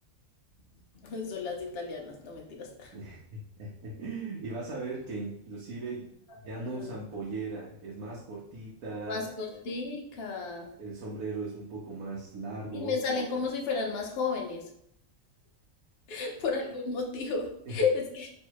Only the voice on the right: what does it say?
<laughs> Y vas a ver que inclusive ya
no usan pollera, es más cortita,
el sombrero es un poco más largo.
eh,